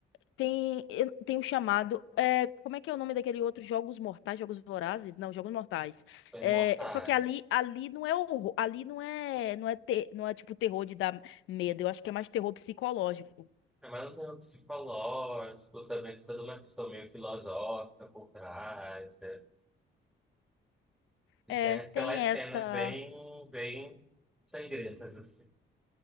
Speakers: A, on the left; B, in the centre.
A: Tem, eu- tem um chamado. é, como é que é o nome daquele outro? Jogos Mortais, Jogos Vorazes? Não, Jogos Mortais.
B: Os
A: É,
B: imortais
A: só que ali, ali não é horror, ali não é, não é, ter, não é tipo terror de dar medo. Eu acho que é mais terror psicológico.
B: É mais um tema psicológico, também tem toda uma questão meio filosófica por trás, né? E
A: É,
B: tem aquelas
A: tem essa.
B: cenas bem, bem sangrentas, assim.